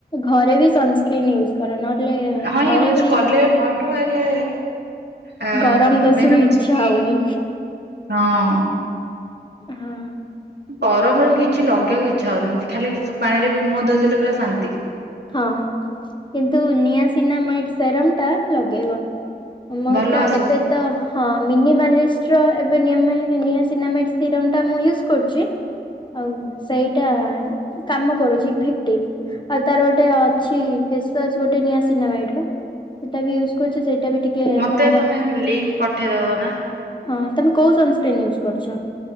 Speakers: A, on the left; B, on the right.
A: ଘରେ ବି ସନ୍ସ୍ କ୍ରିମ ୟୁଜ କରେ। ନହେଲେ
B: ହଁ
A: ଘରେ
B: ୟୁଜ୍
A: ବି
B: କଲେ ଭଲ ହେଲେ, ଆ
A: ଗରମ ଦୋଷରୁ
B: ମେନ୍ ହଉଛି
A: ଇଚ୍ଛା
B: କି
A: ହଉନି।
B: ହଁ।
A: ହଁ।
B: ଗରମରେ ବି କିଛି ଲଗେଇଆକୁ ଇଚ୍ଛା ହଉନି। ଖାଲି ପାଣିରେ ବି ମୁହଁ ଧୋଇଦେଲେ ପୁରା ଶାନ୍ତି।
A: ହଁ କିନ୍ତୁ ନିଆ ସିନାମାଇଟ ସେରମ ଟା ଲଗେଇବ। ମୋର
B: ଭଲ
A: ତ
B: ଆସୁଛି।
A: ଏବେ ତ ହଁ ମିନିମାଲିଷ୍ଟର ଏବେ ନିଆମାଇ ନିଆସିନାମାଇସିଟ୍ ର ସିରମ ଟା ମୁଁ ୟୁଜ୍ କରୁଚି ଆଉ ସେଇଟା କାମ କରୁଚି ଇଫେକ୍ଟିଭ। ଆଉ ତାର ଗୋଟେ ଅଛି ଫେସୱାସ୍ ଗୋଟେ ନିଆସିନାମାଇଡ୍ ର ସେଇଟା ବି ୟୁଜ୍ କରୁଚି ସେଇଟା ବି ଟି ଟିକେ
B: ମତେ
A: ଭଲ ଲାଗୁଚି
B: ତମେ
A: ତ
B: ଲିଙ୍କ ପଠେଇଦବ ନା
A: ହଁ ତମେ କୋଉ ସନ୍ ସ୍କ୍ରିନ୍ ୟୁଜ୍ କରୁଚ?